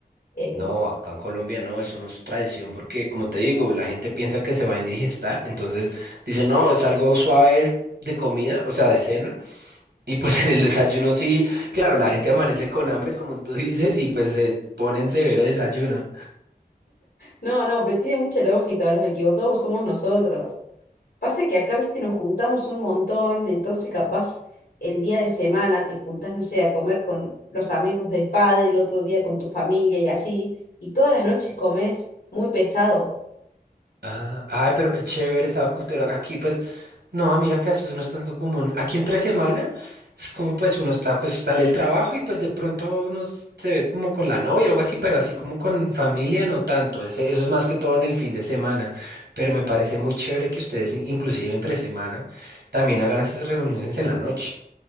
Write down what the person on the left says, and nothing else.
eh,
no, no, pero tiene mucha lógica, los equivocados somos nosotros. Pasa que acá, viste, nos juntamos un montón, entonces capaz en día de semana te juntás, no sé, a comer con los amigos del padre, el otro día con tu familia y así, y todas las noches comes muy pesado.